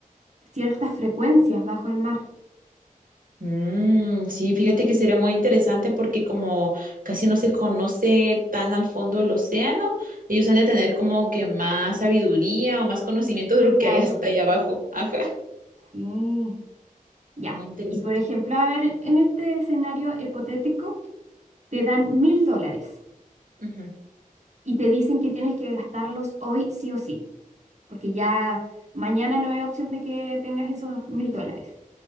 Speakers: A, on the right; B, on the right.
A: ciertas frecuencias bajo el mar.
B: Mm, sí, fíjate que sería muy interesante porque como casi no se conoce tan al fondo del océano, ellos han de tener como que más sabiduría o más conocimiento de lo
A: Claro,
B: que hay hasta allá abajo. <laughs> Ajá,
A: sí, ya.
B: muy interesante.
A: Y por ejemplo, a ver, en este escenario hipotético, te dan mil dólares
B: Ujú.
A: y te dicen que tienes que gastarlos hoy sí o sí. porque ya mañana no hay opción de que tengas esos mil dólares.